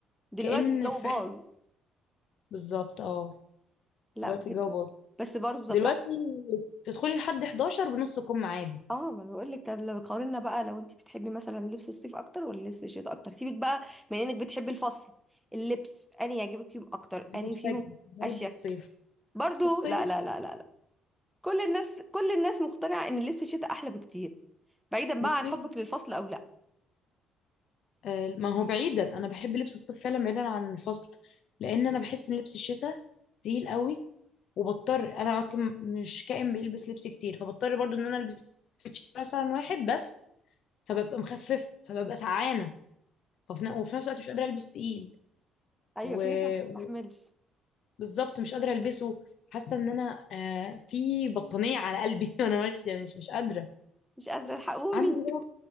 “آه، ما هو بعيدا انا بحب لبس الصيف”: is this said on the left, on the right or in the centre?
Left